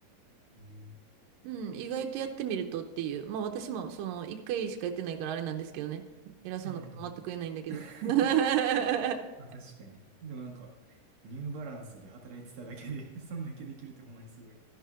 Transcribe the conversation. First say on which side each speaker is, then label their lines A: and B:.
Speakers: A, on the right; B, on the right.
A: ええ
B: うん、意外とやってみるとっていう。まあ私もその1回しかやってないからあれなんですけどね。偉そうなこと全く言えないんだけど。
A: うん。<laughs>
B: <laughs>
A: 確かに。でもなんか、ニューバランスで働いてただけで <laughs> そんだけできるってほんまにすごい。